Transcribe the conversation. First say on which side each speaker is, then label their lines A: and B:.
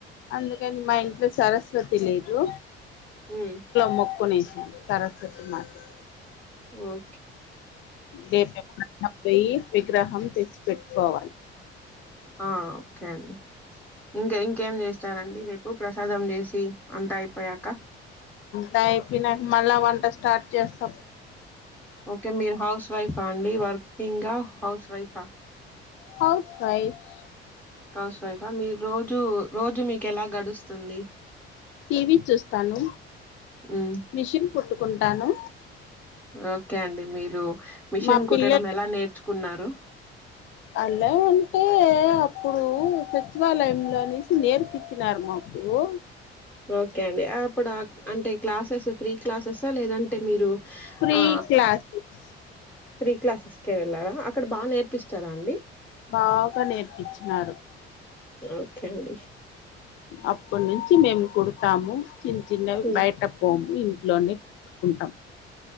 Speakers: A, on the left; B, in the centre.
A: అందుకని మా ఇంట్ల సరస్వతి లేదూ
B: మ్మ్
A: మొక్కొనేసి సరస్వతీ మాతకి
B: ఉ
A: నేను ఎప్పుడన్నా పోయి విగ్రహం పెట్టుకోవాలి
B: ఆ ఒకే అండి ఇంకా ఇంకేం చేస్తారండి రేపు ప్రసాదం చేసి అంతా అయిపోయా
A: నైట్ తిన్నాక మళ్ళా వంట స్టార్ట్ చేస్తం
B: ఓకే మీరు హౌస్ వైఫా అండి వర్కింగా హౌస్ వైఫా
A: హౌస్ వైఫ్
B: హౌస్ వైఫ్ ఆ మీరు రోజు రోజు మీకు ఎలా గడుస్తుంది
A: టీవీ చూస్తాను
B: మ్మ్
A: మిషన్ కుట్టుకుంటాను
B: ఓకే అండి మీరు మిషన్
A: మా
B: కుట్టడం
A: పిల్లలు
B: ఎలా నేర్చుకున్నారు
A: ఎల్లా అంటే అప్పుడు సచివాలయంలో అనేసి నేర్పచ్చినారు మాకు ఓ
B: ఓకే అండి అప్పుడు అంటే క్లాసెస్ ప్రీ క్లాసెస్సా లేదంటే మీరు
A: ఫ్రీ
B: ఆ
A: క్లాసెస్
B: ఫ్రీ క్లాసెస్క ఏ వెళ్ళారా అక్కడ బాగా నేర్పిస్తారా అండి
A: బాగా నేర్పించినారు
B: ఓకే అండి
A: అప్పటి నుంచి మేము కుడతాము చిన్న చిన్నవి
B: హ్మ్.
A: బయట పోము ఇంట్లోనే కుట్టుకుంటాము